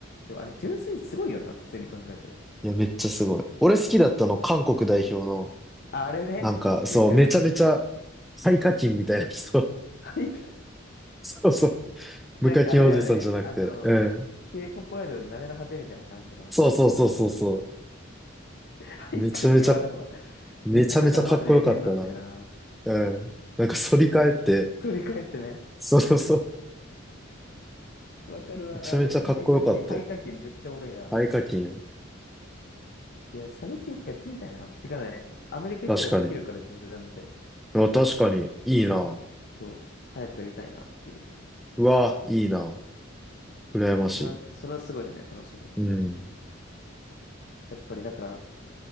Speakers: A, on the left; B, in the centre.
A: でもあれ純粋にすごいよな、普通に考えて。
B: う。いや、めっちゃすごい。俺好きだったの、韓国代表の、
A: ああれね。
B: なんか、そう、
A: なんか、
B: めちゃめちゃ、
A: なんか、<laughs>
B: 最課金みたいな人。
A: はい
B: <laughs> そうそう。無課金おじさんじゃなくて。
A: なんかあれだよね。あの、
B: うん。
A: K-POP アイドルの慣れの果てみたいな感じの。
B: そうそうそうそうそ
A: <laughs> はい、
B: う。めちゃめちゃ、
A: かき笑うわ。
B: めちゃめちゃかっこよかったな。
A: 打ち方はマジで変なんだよな。
B: うん。なんか反り返って、
A: 振り返ってね。
B: そうそうそう。
A: わかるわ。
B: めちゃめちゃかっこよかったよ。
A: なんか肺火器、肺火器めっちゃおもろいな。
B: 合課金は。
A: いや、射撃もやってみたいな。てかね、アメリカ行ったらできるから、
B: 確かに。
A: 実弾で。
B: あ、確かに。いいな。
A: そう、早くやりたいなっていう。
B: うわ、いいな。羨ましい。
A: それは、それはすごいね、楽しみ。
B: うん。
A: やっぱり、だから、